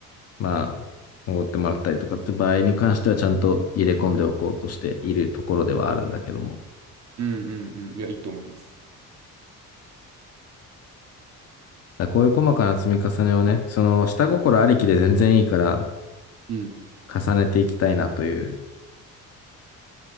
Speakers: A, on the left; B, on the right.
A: まあ、おごってもらったりとかって場合に関してはちゃんと入れ込んでおこうとしているところではあるんだけども。
B: うんうんうん。いや、いいと思います。
A: だこういう細かな積み重ねをね、その下心ありきで全然いいから
B: うん。
A: 重ねていきたいなという